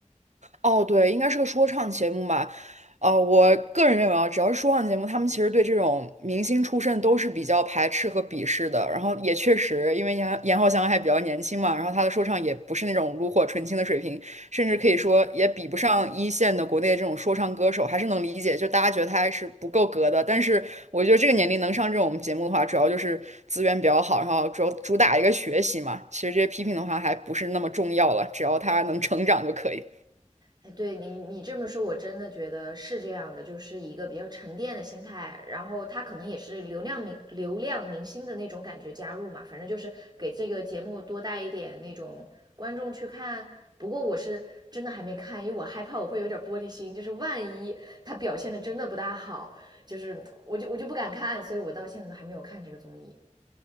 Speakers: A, on the right (about 65°); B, on the right (about 35°).
A: 哦，对，应该是个说唱节目吧。呃，我个人认为啊，只要是说唱节目，他们其实对这种明星出身都是比较排斥和鄙视的。然后也确实，因为严严浩翔还比较年轻嘛，然后他的说唱也不是那种炉火纯青的水平，甚至可以说也比不上一线的国内的这种说唱歌手，还是能理解。就大家觉得他还是不够格的。但是我觉得这个年龄能上这种节目的话，主要就是资源比较好，然后主要主打一个学习嘛。其实这些批评的话还不是那么重要了，只要他能成长就可以。
B: 哎，对你，你这么说，我真的觉得是这样的，就是一个比较沉淀的心态，然后他可能也是流量明流量明星的那种感觉加入嘛，反正就是给这个节目多带一点那种观众去看。不过我是真的还没看，因为我害怕我会有点玻璃心，就是万一他表现的真的不大好，就是我就我就不敢看，所以我到现在都还没有看这个综艺。